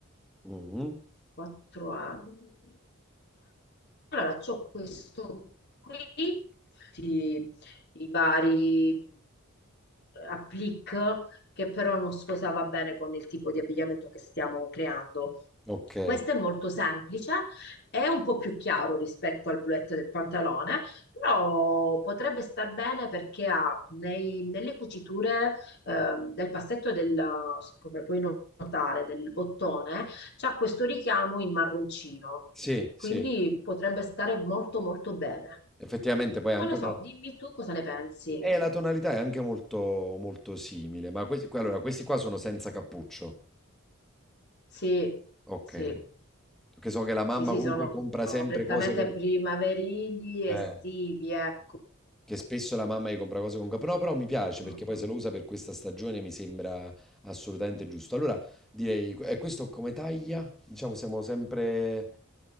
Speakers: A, in the centre; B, on the left.
A: Mhm.
B: quattro anni. allora c'ho questo qui, tutti i vari applique che però non sposava bene con il tipo di abbigliamento che stiamo creando.
A: Ok.
B: Questo è molto semplice, è un po' più chiaro rispetto al bluette del pantalone, però potrebbe star bene perché ha nei- nelle cuciture eh, del passetto del, come puoi notare, del bottone, c'ha questo richiamo in marroncino
A: Sì,
B: quindi
A: sì.
B: potrebbe stare molto molto bene.
A: Effettivamente poi è
B: Non
A: anche
B: lo
A: una...
B: so, dimmi tu cosa ne pensi.
A: E la tonalità è anche molto, molto simile. Ma questi, que- allora, questi qua sono senza cappuccio.
B: Sì,
A: Ok.
B: sì,
A: Perché so che la mamma
B: sì, sì,
A: comunque
B: sono
A: compra
B: sono
A: sempre
B: prettamente
A: cose con...
B: primaverili,
A: Eh.
B: estivi, ecco.
A: Che spesso la mamma gli compra cose con capo. No, però mi piace
B: Mm,
A: perché poi
B: mm.
A: se lo usa per questa stagione mi sembra assolutamente giusto. Allora direi, e questo come taglia? Diciamo siamo sempre,